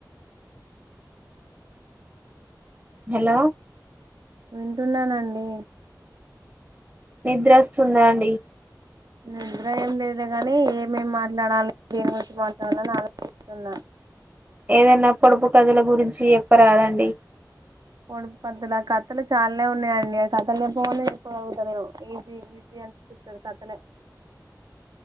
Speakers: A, on the right; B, on the right.
A: హలో
B: వింటున్నానండి
A: నిద్రస్తుందా అండి
B: నే అభ్రాయం లేదు గాని ఏమేం మాట్లాడాలి ఏమి వంచిి మాట్లాడాలని ఆలోచిస్తున్నా
A: ఏదైనా పొడుపు కదుల గురించి చెప్పరాదండి
B: పడు పద్దలు ఆ కథలు చాలనే ఉన్నాయంండి ఆ కథలు చెప్పకుండా చెప్పగలుగుతంది నేను ఈజీ ఈజీ అనిపిస్తుంది కథలే